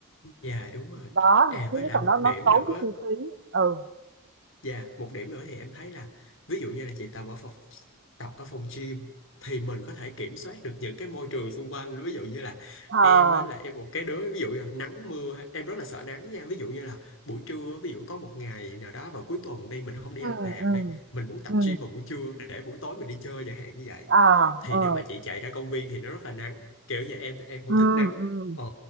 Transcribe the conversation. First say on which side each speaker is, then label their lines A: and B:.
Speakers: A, on the left (about 60°); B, on the right (about 55°).
A: dạ đúng rồi
B: đó
A: à
B: thứ
A: với
B: nhất
A: lại
B: là
A: một
B: nó nó
A: điểm
B: tốn
A: nữa
B: cái chi phí ừ
A: Dạ, một điểm nữa thì em thấy là ví dụ như là chị tập ở phòng tập ở phòng gym thì mình có thể kiểm soát được những cái môi trường xung quanh ví dụ như là
B: à
A: em á, là em một cái đứa ví dụ như là nắng mưa em rất là sợ nắng nha ví dụ như là buổi trưa ví dụ có một ngày nào đó vào cuối tuần đi mình không đi
B: ừ
A: làm
B: ừ
A: đi mình muốn tập
B: ừ
A: gym vào buổi trưa để buổi tối mình đi chơi chẳng hạn như vậy
B: à
A: thì
B: ừ
A: nếu mà chị chạy ra công viên thì nó rất là nắng kiểu vậy em em không
B: ừ
A: thích nắng
B: ừ
A: ờ